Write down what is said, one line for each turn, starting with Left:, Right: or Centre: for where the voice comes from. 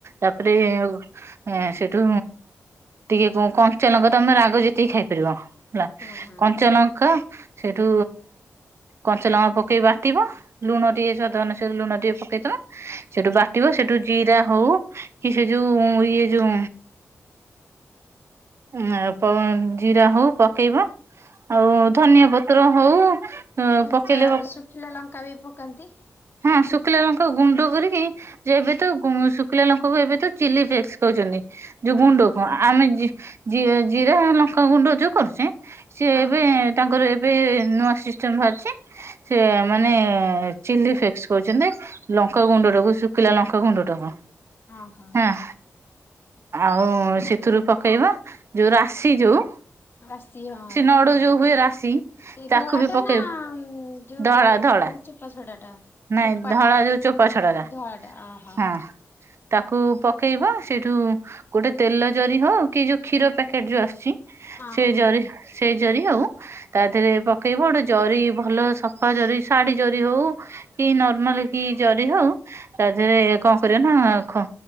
Right: ତାପରେ।
Left: ହଁ
Right: ଏଁ, ସେଇଠୁ ଟିକେ ଯଉ କଞ୍ଚାଲଙ୍କା ତମେ ରାଗ ଯେତିକି ଖାଇପାରିବ। ହେଲା
Left: ହଁ ହଁ
Right: କଞ୍ଚାଲଙ୍କା ସେଟୁ କଞ୍ଚାଲଙ୍କା ପକେଇ ବାଟିବା ଲୁଣ ଟିକେ ସ୍ୱାଦ ଅନୁସାରେ ଲୁଣ ଟିକେ ପକେଇଦେବା ସେଠୁ ବାଟିବ ସେଠୁ ଜିରା ହଉ କି ସେ ଯଉ ଇଏ ଯଉ। ଉଁ ପ ଜିରା ହଉ ପକେଇବା ଆଉ ଧନିଆ ପତ୍ର ହଉ
Left: କଞ୍ଚାଶୁଖିଲା
Right: ପକେଇଲେ
Left: ଲଙ୍କା ବି ପକାନ୍ତି।
Right: ହାଁ ଶୁଖିଲାଲଙ୍କା କୁ ଗୁଣ୍ଡ କରିକି ଯେ ଏବେତ ଶୁଖିଲା ଲଙ୍କାକୁ ଏବେ ତ ଚିଲି ଫ୍ରେଶ କହୁଛନ୍ତି। ଯୋଉ
Left: ହଁ
Right: ଗୁଣ୍ଡକୁ
Left: ହଁ
Right: ଆମେ
Left: ହଁ
Right: ଜିରା ଲଙ୍କା ଗୁଣ୍ଡ ଯୋଉ କରୁଚେ ସିଏ
Left: ହଁ
Right: ଏବେ ତାଙ୍କର ଏବେ ନୂଆ ସିଷ୍ଟମ ବାହାରିଚି ସେ ମାନେ ଚିଲି ଫ୍ରେଶ କହୁଛନ୍ତି। ଲଙ୍କାଗୁଣ୍ଡ ଟାକୁ ଶୁଖିଲା ଲଙ୍କାଗୁଣ୍ଡ ଟାକୁ।
Left: ହଁ ହଁ
Right: ହଁଅଂ ଆଉ ସେଥିରୁ ପକେଇବା ଯୋଉ ରାଶି ଯୋଉ।
Left: ରାଶି ହଁ ରାଶି
Right: ନଡୁ ଯୋଉ ହୁଏ ରାଶି
Left: ସେଇ
Right: ତାକୁ
Left: ଧଳାଟା
Right: ବି ପକେଇବୁ
Left: ନା ଯୋଉେ
Right: ଧଳା ଧଳା
Left: ଚୋପା ଛୋଡ଼ା ଟା।
Right: ନାଇଁ
Left: ଚୋପା
Right: ଧଳା
Left: ଟା?
Right: ଯୋଉ ଚୋପା ଛଡ଼ଟା
Left: ଧଳାଟା ଅହୋ
Right: ଆଁ। ତାକୁ ପକେଇବା ସେଇଠୁ ଗୋଟେ ତେଲ ଜରି ହଉ କି ଯୋଉ କ୍ଷୀର ପ୍ୟାକେଟରୁ ଆସିଚି
Left: ହୁଁ
Right: ସେ ଜରି ସେଇ ଜରି ହୋଉ। ତା ଦେରେ ପକେଇବ ଗୋଟେ ଜରି ଭଲ ସଫା ଜରି ଶାଢ଼ୀ ଜରି ହଉ। କି ନର୍ମାଲ କି ଜରି ହଉ ତା ଦେହରେ କଣ କରିବ ନା ଖ